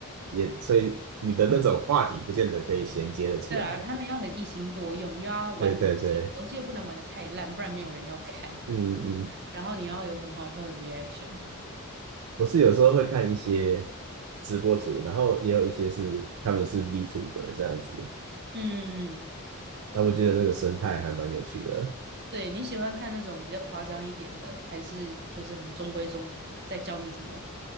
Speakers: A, on the right; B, on the right.
A: 也所以你的那种话题不见得可以衔接的起来。
B: 对啊，他们要很一心多用，又要玩游戏，
A: 对对对，
B: 游戏又不能玩的太烂，不然没有人要看。<laughs>
A: 嗯嗯。
B: 然后你要有很好笑的 reaction。
A: 我是有时候会看一些直播主，然后也有一些是他们是 VTuber 这样子，
B: 嗯嗯嗯。
A: 那我觉得那个生态还蛮有趣的。
B: 对，你喜欢看那种比较夸张一点的，还是就是很中规中矩，在教你怎么